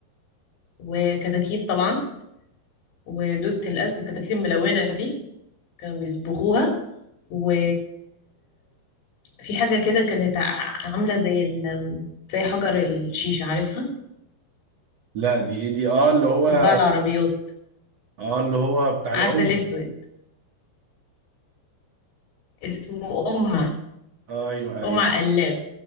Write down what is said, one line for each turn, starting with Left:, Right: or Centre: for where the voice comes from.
Left: وكتاكيت طبعا ودودة الأسد الكتاكيت الملونة دي كانوا بيصبغوها و في حاجة كده كانت ع- عاملة زي ال زي حجر الشيشة عارفها
Right: لا دي ايه دي اه اللي هو
Left: بتتباع العربيات
Right: اه اللي هو بتاع العمدة
Left: عسل اسود اسمه قمع
Right: آه ايوه
Left: قمع
Right: ايوه
Left: قلاب